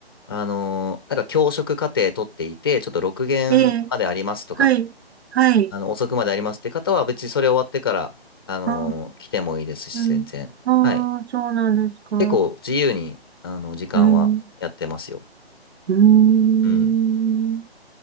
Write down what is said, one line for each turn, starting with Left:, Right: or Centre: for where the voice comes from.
Left: あの、なんか教職課程取っていて、ちょっと6限までありますとか、
Right: ええ、はい、はい、
Left: あの、遅くまでありますって方は、別にそれ終わってから、あのー来てもいいですし、
Right: あ、うん、
Left: 全然。
Right: ああ、
Left: はい。
Right: そうなんですか。
Left: 結構自由に、あの、時間はやってますよ。
Right: ええ、うーん、
Left: うん。